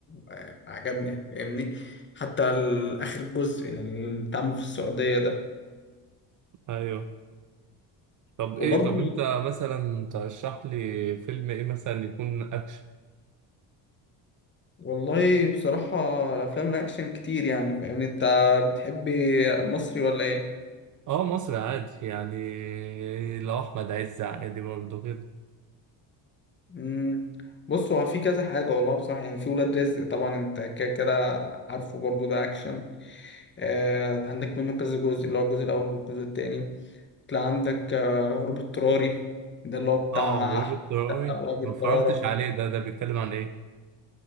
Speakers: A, on the left (about 25°); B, on the right (about 45°).
A: آه، عجبني يعني فاهمني حتى ال- آخر جزء يعني اللي اتعمل في السعودية ده
B: ايوه طب ايه
A: وبرضه
B: طب انت مثلا ترشح لي فيلم ايه مثلا يكون اكشن
A: والله بصراحة الأفلام الأكشن كتير يعني فاهمني أنت بتحب مصري ولا إيه؟
B: اه مصر عادي يعني لو احمد عز عادي برضه كده
A: مم. بص هو في كذا حاجة والله بصراحة يعني في ولاد رزق طبعا أنت كده كده عارفه برضه ده أكشن آه عندك منه كذا جزء اللي هو الجزء الأول والجزء التاني تلاقي عندك آه، هروب اضطراري ده اللي هو بتاع
B: اه روبوت
A: أحمد
B: طياري
A: السقا وأبي
B: ما
A: برارة
B: اتفرجتش عليه ده ده بيتكلم عن ايه